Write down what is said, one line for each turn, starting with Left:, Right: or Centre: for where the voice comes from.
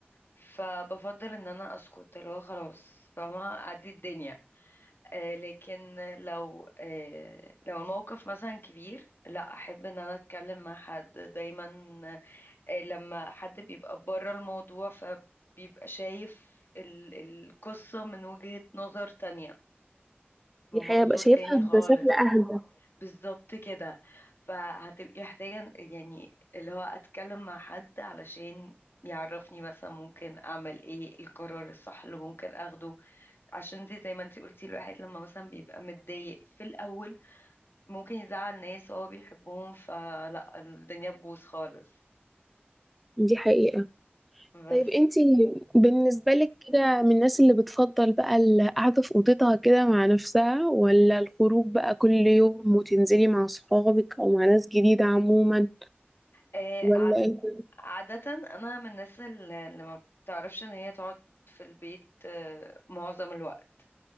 Left: فبفضل ان انا اسكت اللي هو خلاص فما اعدي الدنيا آه لكن لو آه لو الموقف مثلا كبير لا احب ان انا اتكلم مع حد دايما آه، لما حد بيبقى بره الموضوع فبيبقى شايف ال- القصة من وجهة نظر تانية من
Centre: دي
Left: منظور
Centre: حقيقة بقى شايفها
Left: تاني خالص
Centre: بشكل اهدى
Left: بالظبط كده فهتبقي محتاجة يعني اللي هو أتكلم مع حد علشان يعرفني مثلا ممكن أعمل إيه القرار الصح اللي ممكن أخده عشان انت زي ما انت قلتي الواحد لما مثلا بيبقى متضايق في الأول ممكن يزعل ناس هو بيحبهم فلا الدنيا تبوظ خالص
Centre: دي حقيقة
Left: بس
Centre: طيب انتي بالنسبة لك كده من الناس اللي بتفضل بقى القعدة في اوضتها كده مع نفسها ولا الخروج بقى كل يوم وتنزلي مع صحابك او مع ناس جديدة عموما
Left: آه،
Centre: ولا
Left: عاد
Centre: انت
Left: عادة أنا من الناس اللي اللي ما بتعرفش إن هي تقعد في البيت آه، معظم الوقت